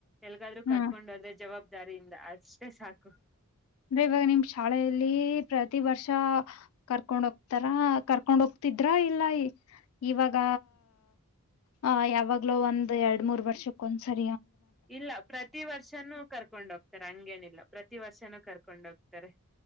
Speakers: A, in the centre; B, on the left.
A: ಎಲ್ಗಾದರು
B: ಹಾ
A: ಕರ್ಕೊಂಡ ಹೋದ್ರೆ ಜವಾಬ್ದಾರಿಯಿಂದ ಅಷ್ಟೆ ಸಾಕು
B: ಅಂದ್ರೆ ಇವಾಗ ನಿಮ್ ಶಾಲೆಯಲ್ಲಿ ಪ್ರತಿ ವರ್ಷ ಕರ್ಕೊಂಡ ಹೋಗ್ತಾರ ಕರ್ಕೊಂಡ ಹೋಗ್ ದ್ರ ಇಲ್ಲ ಇವಾಗ ಹ ಯಾವಾಗ್ಲೂ ಒಂದ್ ಎರಡ್ ಮೂರ್ ವರ್ಷಕ್ಕೊಂದ್ಸರಿ
A: ಇಲ್ಲ ಪ್ರತಿ ವರ್ಷನುೂ ಕರ್ಕೊಂಡ್ ಹೋಗ್ತಾರೆ ಹಂಗೇನಿಲ್ಲ ಪ್ರತಿ ವರ್ಷನೂ ಕರ್ಕೊಂಡ ಹೋಗ್ತಾರೆ